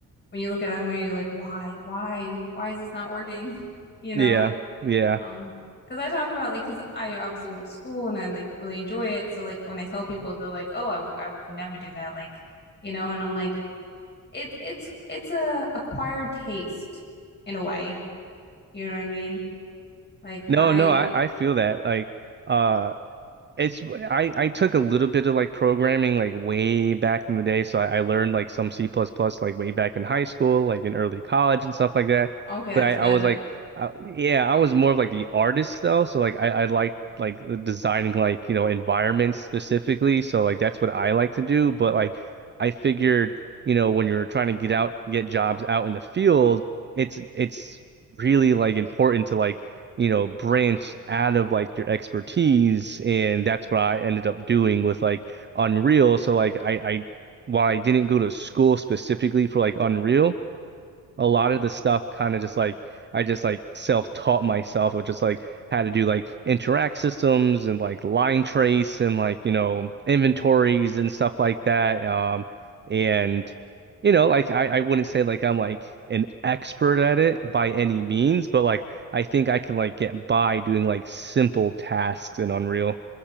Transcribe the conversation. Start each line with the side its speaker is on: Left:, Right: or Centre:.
Left: when you look at them, you're like, why, why, why is this not working? <laughs> You know?
Right: Yeah, yeah.
Left: Um, because I talk about like, because I obviously went to school and I like really enjoy it. So like when I tell people, they're like, oh, I w I could never do that. Like, you know? And I'm like, it, it's, it's a acquired taste in a way. You know what I mean? Like
Right: No,
Left: I,
Right: no, I I feel that like uh It's I I took a little bit of like programming like way back in the day, so I, I learned like some C++ plus plus like way back in high school, like in early college and stuff like that.
Left: okay, that's
Right: But I
Left: good.
Right: I was like, I, yeah, I was more of like the artist though, so like I I like like the designing like you know environments specifically, so like that's what I like to do. But like I figured you know when you're trying to get out get jobs out in the field, it's it's really like important to like you know, branch out of like your expertise. And that's what I ended up doing with like Unreal. So like I, I while I didn't go to school specifically for like Unreal, a lot of the stuff kind of just like I just like self-taught myself of just like how to do like interact systems and like line trace and like you know inventories
Left: Okay.
Right: and stuff like that um and you know like I, I wouldn't say like I'm like an expert at it by any means but like I think I can like get by doing like simple tasks in Unreal